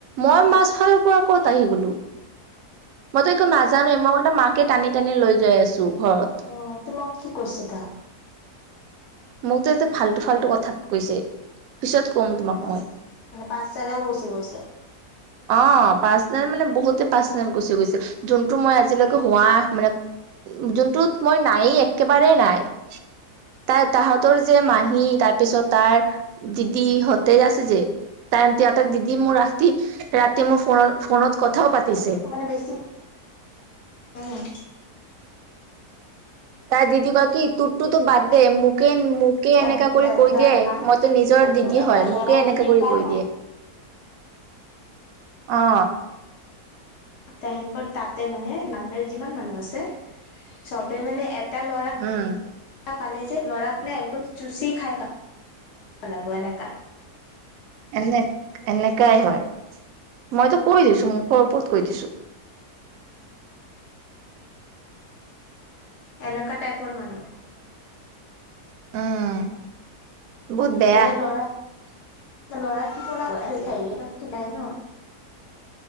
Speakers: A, on the right; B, on the left.
A: মই মাজ ফালৰ পৰা ক'ত আহি গলো। মইতো একো নাজানোয়ে, মই ওলটা মাকে টানি - টানি লৈ যাই আছো ঘৰত।
B: অ তোমাক কি কৈছে তা?
A: মোকতো এতে ফাল্টু ফাল্টু কথা কৈছে পিছত ক'ম তোমাক
B: অ <inaudible>
A: মই
B: মানে পাৰ্চেনেল গুচি গৈছে।
A: অ পাৰ্চনেল মানে বহুতে পাৰ্চনেল গুচি গৈছে। যোনটো মই আজিলৈকে হোৱা মানে যোনটোত মই নাই একেবাৰে নাই। তাই তাহঁতৰ যে মাহী তাৰপিছত তাৰ দিদিহঁতে আছে যে তাৰ তেহতক দিদি মোৰ ৰাতি ৰাতি মোৰ ফ ফোনত কথাও পাতিছে
B: মানে বেছি উম,
A: তাই দিদি কয় কি তোৰ তটো বাদ দে মু মোকে মোকে এনেকা
B: দি
A: কৰি
B: তাৰ
A: কৈ দিয়ে
B: বাহ
A: মইতো নিজৰ দিদি
B: এটা
A: হয়
B: ল'ৰা
A: মোকে এনেকা
B: যদি
A: কৰি
B: পায়
A: কৈ
B: ন
A: দিয়ে অ
B: তেহেতৰ তাতে মানে মানদাৰী যিমান মানুহ আছে চবে মানে এক এটা ল'ৰা
A: উম
B: পালে যে ল'ৰাক মানে একদম চুচি খাই ভা পেলাব এনেকা
A: এনে এনেকাই হয় মইতো কৈ দিছো মুখৰ ওপৰত কৈ দিছো
B: এনেকা টাইপৰ মানুহ
A: উম বহুত বেয়া
B: মানে লৰা ল'ৰাটো এনেকাই